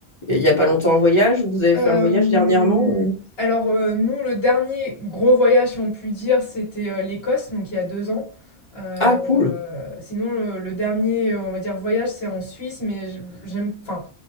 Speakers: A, on the left (about 25°); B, on the left (about 65°).
A: il n'y a pas longtemps en voyage ou vous avez
B: Hem,
A: fait un voyage dernièrement ou-
B: alors, heu, nous, le dernier gros voyage, si on peut dire, c'était, heu, l'Écosse, donc il y a 2 ans. Heu,
A: Ah cool,
B: sinon, le le dernier, heu, on va dire voyage, c'est en Suisse, mais je j'aime enfin,